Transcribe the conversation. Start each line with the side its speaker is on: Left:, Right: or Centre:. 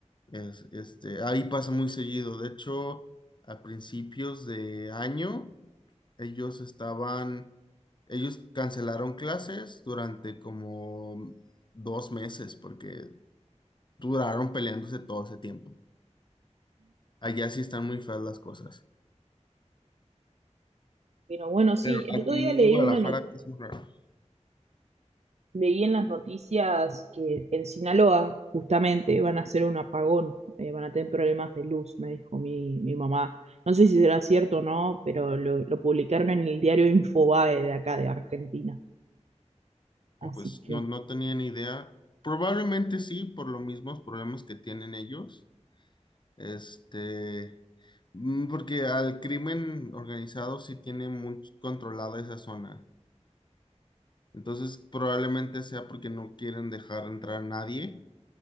Left: Es- este, ahí pasa muy seguido. De hecho, a principios de año, ellos estaban, ellos cancelaron clases durante como dos meses porque duraron peleándose todo ese tiempo. Allá sí están muy feas las cosas.
Right: Pero bueno, sí,
Left: Pero
Right: el
Left: aquí
Right: otro día leí
Left: en Guadalajara
Right: una no-
Left: es muy raro.
Right: leí en las noticias que en Sinaloa justamente van a hacer un apagón, eh, van a tener problemas de luz, me dijo mi, mi mamá. No sé si será cierto o no, pero lo, lo publicaron en el diario Infobae de acá de Argentina. Así
Left: No, pues
Right: que,
Left: no, no tenía ni idea. Probablemente sí, por los mismos problemas que tienen ellos. Este, mm, porque al crimen organizado sí tiene muy controlada esa zona. Entonces, probablemente sea porque no quieren dejar entrar a nadie,